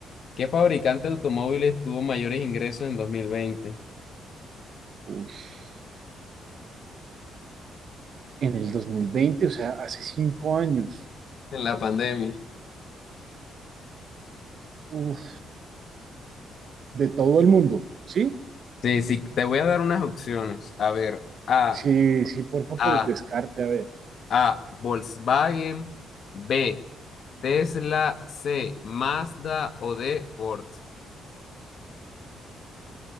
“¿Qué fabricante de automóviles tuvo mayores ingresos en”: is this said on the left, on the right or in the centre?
Left